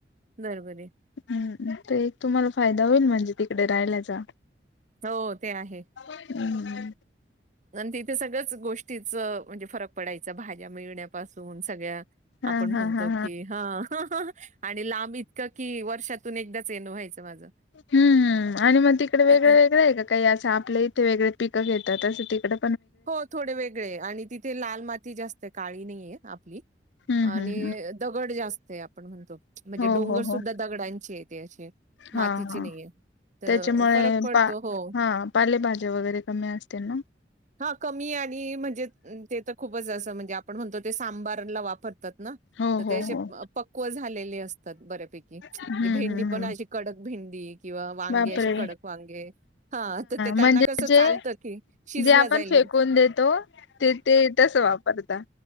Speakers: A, on the right; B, on the left.
A: बरोबर ये.
B: हम्म, ते एक तुम्हाला फायदा होईल म्हणजे तिकडे राहिल्याचा.
A: हो ते आहे.
B: हम्म
A: आन् तिथे तथे सगळंच गोष्टीचं म्हणजे फरक पडायच भाज्या मिळण्यापासून सगळ्या
B: हा
A: आपण
B: हा
A: म्हणतो
B: हा
A: की हा, हा अं, हा आणि लांब इतकं की वर्षातून एकदाच येणं व्हायचं माझं.
B: हम्म, आणि म तिकडे वेगळं
A: तर ते
B: -वेगळं ये का काही असं आपल्या इथे वेगळे पिकं घेतात असं तिकडं?
A: हो थोडे वेगळे आणि तिथे लाल माती जास्त आहे, काळी नाही ये आपली''
B: हम्म
A: आणि
B: हम्म हम्म
A: दगड जास्त आहे, आपण म्हणतो म्हणजे
B: हो
A: डोंगर
B: हो हो
A: सुद्धा दगडांचे ये ते अशे
B: हा
A: मातीचे
B: हा
A: नही ये, तर
B: त्याच्यामुळे
A: फरक पडतो
B: पा
A: हो
B: हा पालेभाज्या वगैरे कमी असतील ना?
A: हा कमी आणि म्हणजे ते तर खूपच असं म्हणजे आपण म्हणतो ते सांबारला वापरतात ना
B: हो
A: तर
B: हो
A: तेे
B: हो.
A: पक्व झालेले असतात बऱ्यापैकी,
B: हम्म
A: भेंडी
B: हम्म
A: पण
B: हम्म
A: अशी कडक भेंडी किंवा वांगे
B: बापरे
A: अशे कडक वांगे, हा तर ते त्यांना
B: म्हणजे
A: कसं
B: जे
A: चालतं की शिजल्या
B: जे आपण
A: जाईल
B: फेकून देतो ते- ते तसं वापरता.